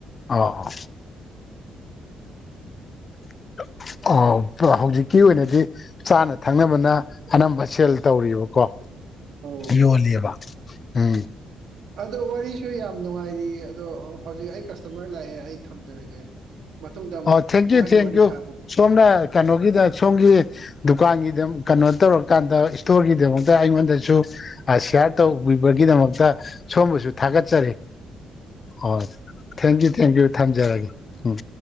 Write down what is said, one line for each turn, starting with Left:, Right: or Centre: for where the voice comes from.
Left: ꯑꯧꯑꯧ <unintelligible> ꯑꯣ ꯍꯧꯖꯤꯛꯀꯤ ꯑꯣꯏꯅꯗꯤ ꯆꯥꯅ ꯊꯛꯅꯕꯅ ꯑꯅꯝꯕ ꯁꯦꯜ ꯇꯧꯔꯤꯕꯀꯣ
Right: ꯑꯧ
Left: ꯌꯣꯜꯂꯤꯑꯦꯕ ꯎꯝ
Right: ꯑꯗꯣ ꯋꯥꯔꯤꯁꯨ ꯌꯥꯝ ꯅꯨꯡꯉꯥꯏꯔꯤ ꯑꯗꯣ ꯍꯧꯖꯤꯛ ꯑꯩ ꯀꯁꯇꯃꯔ ꯂꯥꯛꯑꯦ ꯑꯩ ꯊꯝꯖꯔꯒꯦ ꯃꯇꯨꯡꯗ ꯑꯃꯨꯛ
Left: ꯑꯣ ꯊꯦꯡꯀ꯭ꯌꯨ
Right: ꯑꯃꯨꯛ ꯍꯟꯅ
Left: ꯊꯦꯡꯀ꯭ꯌꯨ
Right: ꯋꯥꯔꯤ ꯁꯥꯕꯨ
Left: ꯁꯣꯝꯅ
Right: ꯁꯥꯔꯁꯤ
Left: ꯀꯩꯅꯣꯒꯤꯗ ꯁꯣꯝꯒꯤ ꯗꯨ ꯗꯨꯀꯥꯟꯒꯤꯗ ꯀꯩꯅꯣ ꯇꯧꯔꯀꯥꯟꯗ ꯏꯁꯇꯣꯔꯒꯤꯗꯃꯛꯇ ꯑꯩꯉꯣꯟꯗꯁꯨ ꯁꯤꯌꯥꯔ ꯇꯧꯕꯤꯕꯒꯤ ꯁꯣꯝꯕꯨꯁꯨ ꯊꯥꯒꯠꯆꯔꯤ ꯑꯣ ꯊꯦꯡꯀ꯭ꯌꯨ ꯊꯦꯡꯀ꯭ꯌꯨ ꯊꯝꯖꯔꯒꯦ ꯎꯝ